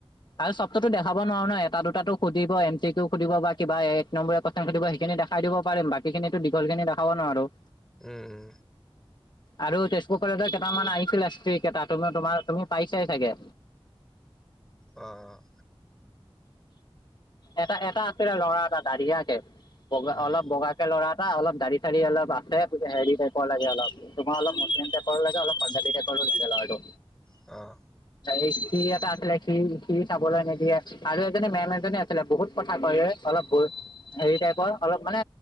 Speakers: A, on the left (about 45°); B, in the centre.
A: আৰু চবটোতো দেখাব নোৱাৰো ন। এটা দুটাতো সুধিব এম চি কিউ সুধিব বা কিবা এ এক নম্বৰীয়া প্ৰশ্ন সুধিব সেইখিনি দেখাই দিব পাৰিম। বাকীখিনিতো দীঘলখিনি দেখাব নোৱাৰো।
B: উম।
A: আৰু তেজপুৰ কলেজৰ কেইটামান আহিছিলে স্ত্ৰী কেইটা। তুমি তোমাৰ তুমি পাইছাই চাগে।
B: অ'।
A: এটা এটা আছিলে ল'ৰা এটা দাঢ়িয়াকে। বগা
B: উম,
A: অলপ বগাকে ল'ৰা এটা অলপ দাড়ি চাৰি অলপ আছে। হেৰি টাইপৰ লাগে অলপ। তোমাৰ অলপ মুছলিম টাইপৰো লাগে, অলপ পঞ্জাৱী টাইপৰো লাগে ল'ৰাটো।
B: অ'।
A: এই সি এটা আছিলে। সি-সি চাবলৈ নিদিয়ে আৰু এজনী মেম এজনী ছিলে বহুত কথা কয় এ, অলপ বু- হেৰি টাইপৰ। অলপ মানে,